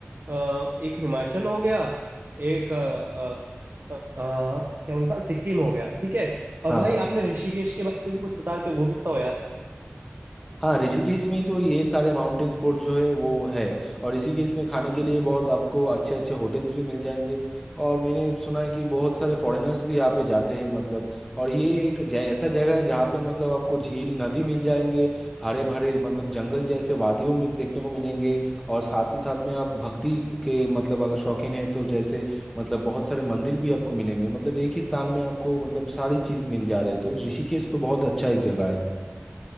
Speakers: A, on the right; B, in the centre.
A: अ, एक हिमाचल हो गया एक अ, अ, अ, क्या बोलता सिक्किम हो गया ठीक है और
B: हाँ
A: भाई आपने ऋषिकेश के बारे में भी कुछ बता रहे थे वो भी बताओ यार
B: हाँ ऋषिकेश में ही तो ये सारे माउंटेन स्पोर्ट जो है वो है और ऋषिकेश में खाने के लिए बहुत आपको अच्छे अच्छे होटल्स भी मिल जाएंगे और मैंने सुना है कि बहुत सारे फॉरेनर्स भी यहाँ पे जाते हैं मतलब और ये एक जै, ऐसा जगह है जहाँ पे मतलब आपको झील नदी मिल जाएंगे हरे भरे मतलब जंगल जैसे वादियों में देखने को मिलेंगे और साथ ही साथ में आप भक्ति के मतलब अगर शौकीन है तो जैसे मतलब बहुत सारे मंदिर भी आपको मिलेंगे मतलब एक ही स्थान में आपको मतलब सारी चीज़ मिल जा रहे है तो ऋषिकेश तो बहुत अच्छा एक जगह है